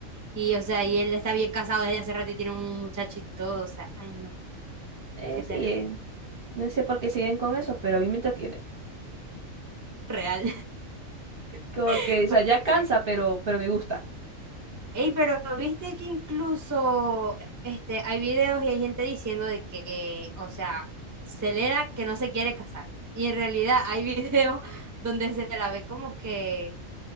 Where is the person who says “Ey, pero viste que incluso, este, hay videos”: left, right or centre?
Right